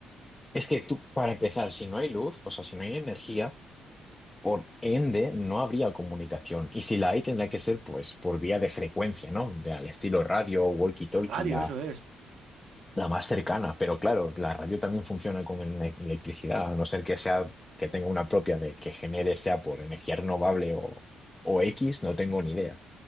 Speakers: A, on the left; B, on the right.
A: es que tú, para empezar, si no hay luz, o sea, si no hay energía, Por ende, no habría comunicación. Y si la hay, tendría que ser pues por vía de frecuencia, ¿no? De, al estilo radio, walkie-talkie,
B: La radio,
A: la,
B: eso es.
A: la más cercana. Pero claro, la radio también funciona con ele- electricidad, a no ser que sea, que tenga una propia de que genere, sea por energía renovable o, o X, no tengo ni idea.